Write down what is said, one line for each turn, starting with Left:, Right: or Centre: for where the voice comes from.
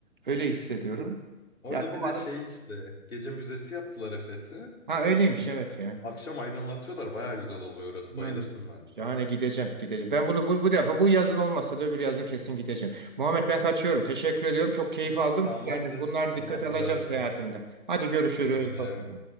Right: öyle hissediyorum.
Left: Orada
Right: Yani umarım.
Left: bir de şey işte gece müzesi yaptılar Efes'i.
Right: Ha öyleymiş evet ya.
Left: Akşam aydınlatıyorlar. Baya güzel oluyor orası. Bayılırsın
Right: Evet.
Left: bence.
Right: Şahane gideceğim gideceğim. Ben bunu bu, bu defa bu yazın olmasa da öbür yazın kesin gideceğim. Muhammed ben kaçıyorum. Teşekkür ediyorum. Çok keyif aldım.
Left: Tamamdır.
Right: Yani bunlar
Left: Tamamdır
Right: dikkat alacağım
Left: abi.
Right: seyahatimde. Hadi görüşürüz.
Left: Güle güle.
Right: Hoşça kal.